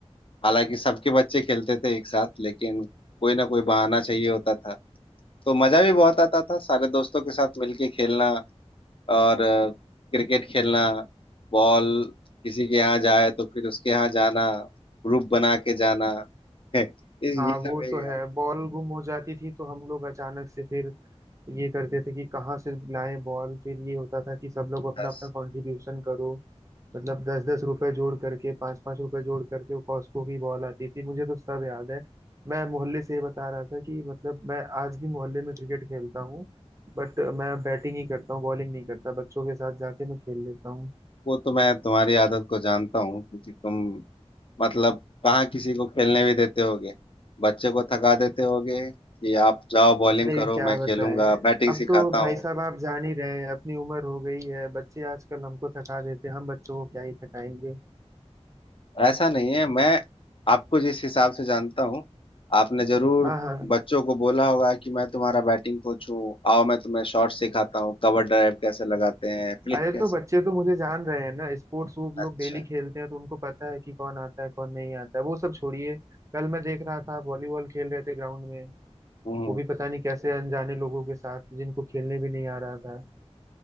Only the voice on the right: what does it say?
हाँ
वो
तो है
बॉल गुम हो जाती थी तो हम लोग अचानक से फिर ये करते थे कि कहाँ से लाएं बॉल फिर ये होता था कि सब लोग अपना
अपना कंट्रीब्यूशन करो मतलब दस दस रुपए जोड़ करके पांच पांच रुपए जोड़ करके वो कॉस्को की बॉल आती थी मुझे तो सब याद है मैं मोहल्ले से ये बता रहा था कि मतलब मैं आज भी मोहल्ले में क्रिकेट खेलता हूँ बट मैं बैटिंग ही करता हूँ बॉलिंग नहीं करता बच्चों के साथ जाके मैं खेल लेता हूँ
अरे
क्या
बताएं
अब
तो भाई
साहब आप जान ही रहे हैं अपनी उम्र हो गई है बच्चे आजकल हमको थका देते हैं हम बच्चों को क्या ही थकाएंगे
हाँ हाँ
अरे
तो बच्चे तो मुझे जान रहे हैं ना स्पोर्ट्स वो लोग
डेली खेलते हैं तो उनको पता है कि कौन आता है कौन नहीं आता है वो सब छोड़िए कल मैं देख रहा था आप वॉलीबॉल खेल रहे थे ग्राउंड में
वो भी पता नहीं कैसे अनजाने लोगों के साथ जिनको खेलने भी नहीं आ रहा था